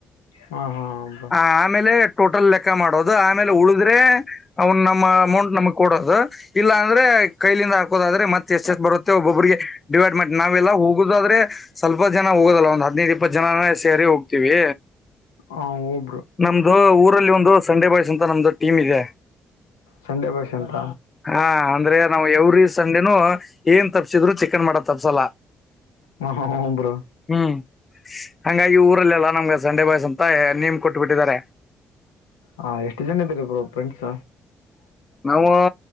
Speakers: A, on the left; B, on the left.
A: ಹಾಂ ಹಾಂ ಬ್ರೋ
B: ಹಾ ಆಮೇಲೆ ಟೋಟಲ್ ಲೆಕ್ಕ ಮಾಡೋದು ಆಮೇಲ್ ಅಂದ್ರೆ ಅವನ್ ನಮ್ಮ ಅಮೌಂಟ್ ನಮಗ್ ಕೊಡೋದು. ಇಲ್ಲ ಅಂದ್ರೆ ಕೈಲಿಂದ ಹಾಕೋದಾದ್ರೆ ಮತ್ತೆ ಎಸ್ಟ್ ಎಸ್ಟ್ ಬರುತ್ತೆ ಒಬೊಬ್ರಿಗೆ. ಡಿವೈಡ್ ಮಾಡ್ ನಾವೆಲ್ಲ ಹೋಗುದಾದ್ರೆ ಸ್ವಲ್ಪ ಜನ ಹೋಗೋದಲ್ಲ ಒಂದ್ ಹದ್ನೈದ್ ಇಪ್ಪತ್ ಜನನೆ ಸೇರಿ ಹೋಗ್ತೀವಿ.
A: ಹಾ ಒಬ್ರು.
B: ನಮ್ದು ಊರಲ್ಲಿ ಒಂದು ಸಂಡೇ ಬಾಯ್ಸ್ ಅಂತ ನಮ್ದು ಟೀಮ್ ಇದೆ.
A: ಸಂಡೆ ಬಾಯ್ಸ್ ಅಂತ
B: ಹಾ ಅಂದ್ರೆ ನಾವು ಎವ್ರಿ ಸಂಡೇನು ಏನ್ ತಪ್ಸಿದ್ರೂ ಚಿಕನ್ ಮಾಡದ್ ತಪ್ಸಲ್ಲ.
A: ಹ ಹ ಹು ಬ್ರೊ.
B: ಹ್ಮ್ ಹಂಗಾಗಿ ಊರಲ್ಲೆಲ್ಲಾ ನಮ್ಗೆ ಸಂಡೆ ಬಾಯ್ಸ್ ಅಂತ ನೇಮ್ ಕೊಟ್ಟುಬಿಟ್ಟಿದ್ದಾರೆ.
A: ಹಾ ಎಷ್ಟು ಜನ ಇದಿರಿ ಬ್ರೊ ಫ್ರೆಂಡ್ಸ್.
B: ನಾವು